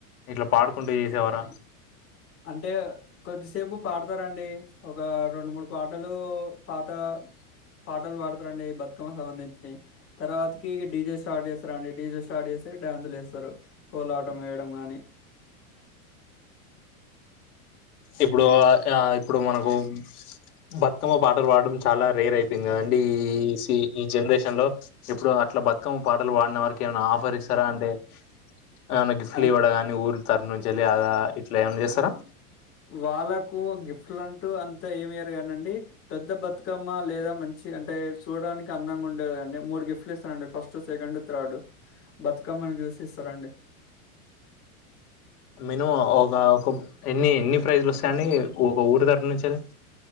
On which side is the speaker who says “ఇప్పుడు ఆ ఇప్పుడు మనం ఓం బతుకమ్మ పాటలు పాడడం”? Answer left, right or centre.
Left